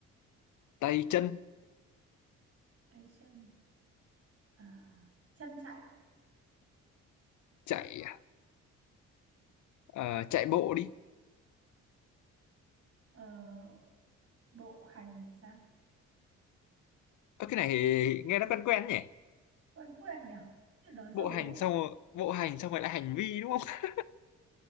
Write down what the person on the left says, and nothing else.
tay chân
chạy à, ờ, chạy bộ đi
Ơ, cái này nghe nó quen quen nhỉ
bộ
hành
xong rồi, bộ hành xong rồi lại hành vi đúng không